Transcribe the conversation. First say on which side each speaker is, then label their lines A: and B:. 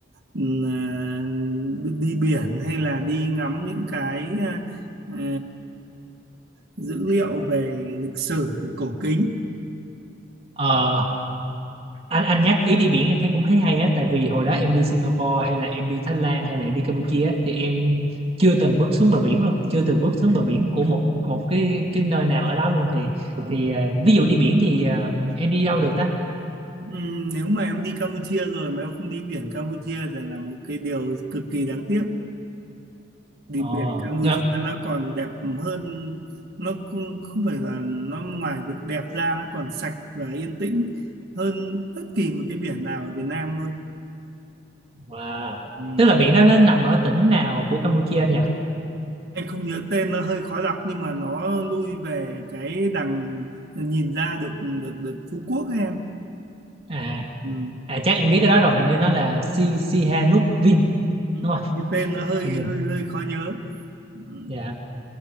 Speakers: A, on the right; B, on the right.
A: ừ, là đi biển hay là đi ngắm những cái à, ờ, dữ liệu về lịch sử cổ kính.
B: Ờ, anh anh nhắc ý đi biển em thấy cũng thấy hay á tại vì hồi
A: ừ,
B: đó em đi Singapore hay là em đi Thái Lan hay là em đi Campuchia á, thì em chưa từng bước xuống bờ biển luôn chưa từng
A: Ồ.
B: bước xuống bờ biển của một một cái cái nơi nào ở đó luôn thì thì ờ, ví dụ đi biển thì ờ, em đi đâu được ta
A: Ừ, nếu mà em đi Campuchia rồi mà em không đi biển Campuchia thì là một cái điều cực kỳ đáng tiếc. đi
B: ồ
A: biển Campuchia
B: ngập
A: nó còn đẹp hơn nó không không phải là nó ngoài việc đẹp ra nó còn sạch và yên tĩnh hơn bất kỳ một cái biển nào ở Việt Nam luôn
B: wow.
A: ừ.
B: tức là biển đó nó nằm ở tỉnh nào của Campuchia anh nhỉ
A: anh không nhớ tên nó hơi khó đọc nhưng mà nó lui về cái đằng nhìn ra được được được Phú Quốc ấy em
B: à
A: ừ.
B: à chắc em biết cái đó rồi hình như nó là Si Sihanouk Vin
A: Ừ.
B: đúng không
A: cái tên nó hơi
B: hình như
A: hơi hơi khó nhớ ừ.
B: dạ